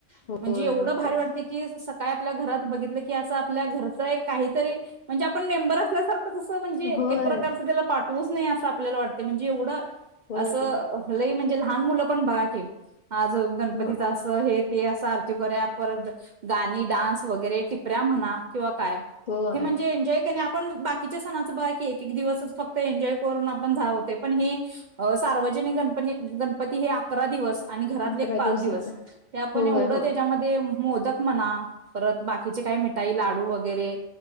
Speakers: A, on the left (about 65°); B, on the right (about 55°).
A: होय
B: म्हणजे एवढं
A: मग
B: भारी
A: काय
B: वाटते की सकाळी आपल्या घरात बघितलं असं आपल्या घरच काहीतरी म्हणजे आपण मेंबर असल्यासारख तसं म्हणजे
A: होय
B: एक प्रकारचं त्याला पाठवूच नाही असं आपल्याला वाटते म्हणजे एवढं
A: होय
B: असं
A: की
B: लई म्हणजे लहान मुलं पण बघा की आज गणपतीच
A: होय
B: असं हे ते असं अरती करूया परत गाणी डान्स वगैरे टिपऱ्या म्हणा किंवा काय
A: होय
B: ते म्हणजे एन्जॉय का ना आ पण बाकीच्या सणाच बघा कि एक एक दिवस फक्त एन्जॉय करून आपण <unintelligible> पण हि हा सर्वजनिक जेने गणपणी गणपती हे अकरा दिवस आणि घरातले
A: अकरा
B: एक पाच
A: दिवसाचा
B: दिवस जे ते आपण
A: होय
B: एवढं
A: होय
B: त्याच्यामध्ये मोदक म्हणा परत बाकीचे काही मिठाई लाडू वगैरे